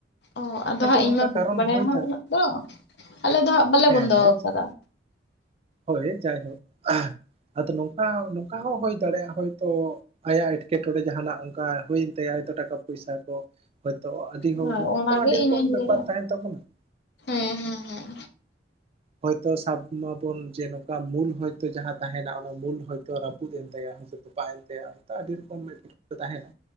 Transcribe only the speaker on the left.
ᱚ ᱟᱫᱚ
ᱦᱟᱸᱜ ᱤᱧ
ᱢᱟ ᱵᱟᱹᱧ
ᱵᱟᱲᱟᱭᱟ
ᱦᱟᱜ
ᱩᱱᱟᱹᱜ ᱫᱚ ᱟᱞᱮ ᱫᱚ ᱦᱟᱸᱜ ᱵᱟᱞᱮ
ᱵᱚᱱᱫᱚ
ᱟᱠᱟᱫᱟ ᱾
ᱦᱳᱭ ᱚᱱᱟᱜᱮ
ᱤᱧ ᱦᱚᱧ
ᱞᱟᱹᱭᱮᱜᱼᱟ᱾
ᱦᱮᱸ ᱦᱮᱸ ᱦᱮᱸ᱾